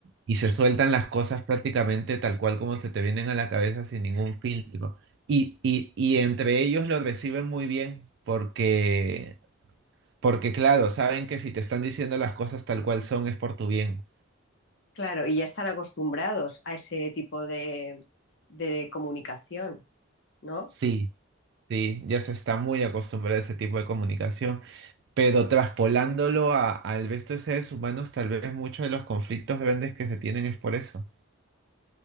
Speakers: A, on the right; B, on the left.
A: y se sueltan las cosas prácticamente tal cual como se te vienen a la cabeza sin ningún filtro. Y, y, y entre ellos lo reciben muy bien porque, porque claro, saben que si te están diciendo las cosas tal cual son es por tu bien.
B: claro, y ya están acostumbrados a ese tipo de, de comunicación, ¿no?
A: Sí, sí, ya se está muy acostumbrado a ese tipo de comunicación. Pero traspolándolo a- al resto de seres humanos, tal vez muchos de los conflictos grandes que se tienen es por eso.